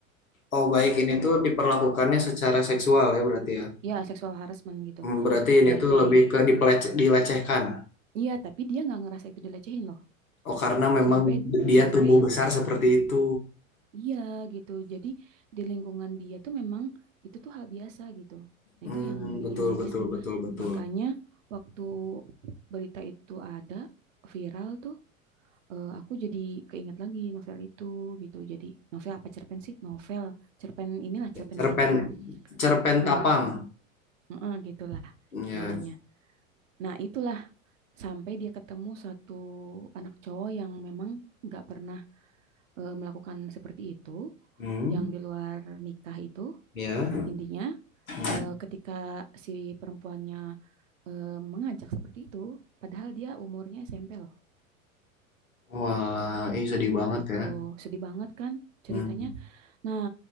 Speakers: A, on the left; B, on the right.
A: Oh, baik.
B: Gitu.
A: Ini tuh diperlakukannya secara seksual ya berarti ya.
B: ya seksual harassment gitu.
A: Hmm, Berarti ini
B: Jadi
A: tuh lebih ke dipelece- dilecehkan.
B: iya tapi dia nggak ngerasa itu dilecehin loh.
A: Oh, karena memang
B: Sampai
A: dia
B: sampai
A: tumbuh besar seperti itu.
B: iya gitu. Jadi di lingkungan dia tuh memang itu tuh hal biasa gitu. Nah
A: Hmm,
B: itu yang bikin
A: betul,
B: miris
A: betul,
B: tuh.
A: betul, betul.
B: Makanya waktu berita itu ada viral tuh eh, aku jadi keinget lagi novel itu gitu. Jadi novel apa cerpen sih? Novel, cerpen inilah cerpen
A: Cerpen,
B: digital.
A: cerpen
B: Heeh,
A: tapang.
B: heeh, gitulah
A: Ya.
B: intinya. Nah, itulah sampai dia ketemu satu anak cowok yang memang nggak pernah eh, melakukan seperti itu,
A: Hmm,
B: yang di luar nikah itu.
A: ya.
B: Intinya,
A: Hmm.
B: eh, ketika si perempuannya eh, mengajak seperti itu, padahal dia umurnya SMP loh,
A: Wah, ih sedih banget
B: gitu.
A: ya.
B: Sedih banget kan ceritanya.
A: Hmm.
B: Nah,